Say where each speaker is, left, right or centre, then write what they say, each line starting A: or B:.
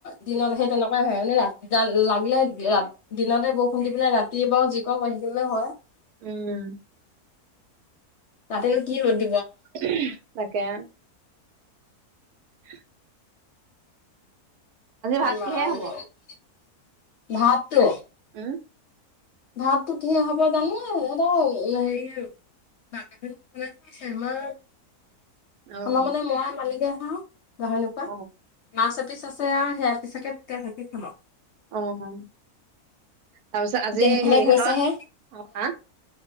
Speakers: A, on the left; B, on the right.
A: দিনত সেই তেনেকোৱাই হয় মানে ৰা লাগিলে ৰা দিনতে বৰষুণ দি পেলাই ৰাতি বাৰু যি কৰ কৰি থাকিলেও হয়।
B: উম
A: ৰাতিনো কি বনি
B: উমহ তাকে। উহ ভাত
A: ইমান
B: কিহে হ'ব?
A: গৰম ভাতটো
B: উম
A: ভাতটো কিহে হ'ব জানো এটা হেৰি <unintelligible> অ আমাৰ
B: অ',
A: মানে মই আও মালিকেহে গাহৰি নোখোৱা
B: অ,
A: মাছ এপিচ আছে আও সেয়াপিচকে দুটাই ভাজি খাম আও।
B: অ তাৰপিছত আজি
A: এতিয়া সেইফালে
B: হেৰিহঁতৰ
A: গৈছেহে
B: অ হা